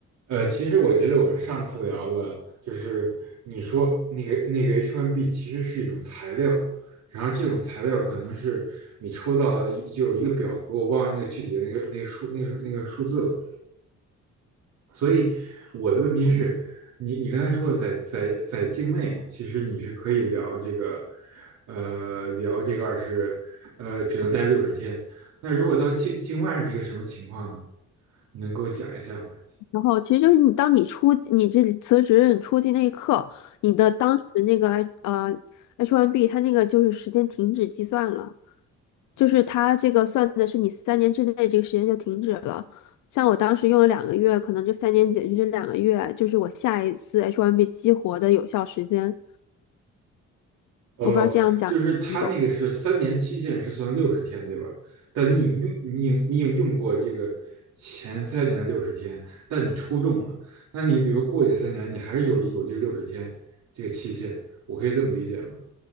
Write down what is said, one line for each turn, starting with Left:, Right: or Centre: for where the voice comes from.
Right: 呃，其实我觉得我们上次聊的就是你说那个那个 H1B 其实是一种材料，然后这种材料可能是你抽到一就有一个表格，我忘了那个具体的那个那个数那个那个数字了。所以我的问题是，你你刚才说的在在在境内，其实你是可以聊这个，呃，聊这个二十，呃，只能待六十天。那如果到境境外是一个什么情况呢？你能给我讲一下吗？
Left: 然后其实就是你，当你出你这辞职，你出境那一刻，你的当时那个 H 呃 H1B，它那个就是时间停止计算了，就是它这个算的是你三年之内这个时间就停止了。像我当时用了两个月，可能这三年减去这两个月，就是我下一次 H1B 激活的有效时间。
Right: 哦，
Left: 我不知道这样讲你懂。
Right: 就是他那个是三年期限是算六十天，对吧？但你已经用，你已经你已经用过这个前三年的六十天，但你抽中了，那你比如说过去三年，你还是有有这个六十天这个期限，我可以这么理解吗？